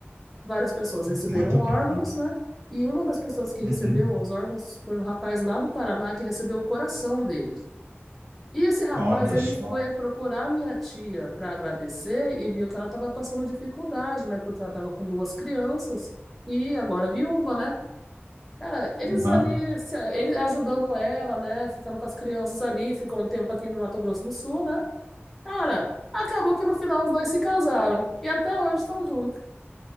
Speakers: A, in the centre; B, on the right.
A: várias pessoas receberam
B: muito tempo.
A: órgãos,
B: né?
A: né? E uma das pessoas que recebeu
B: Uhum.
A: os órgãos foi um rapaz lá do Paraná que recebeu o coração dele. E esse rapaz,
B: Olha
A: ele
B: só.
A: foi procurar minha tia para agradecer e viu que ela estava passando dificuldade, né? Porque ela estava com duas crianças e agora viúva, né? Cara, eles
B: Uhum.
A: ali, se- ele ajudando ela, né? Ficando com as crianças ali, ficou um tempo aqui no Mato Grosso do Sul, né? Cara, acabou que no final os dois se casaram e até hoje estão juntos.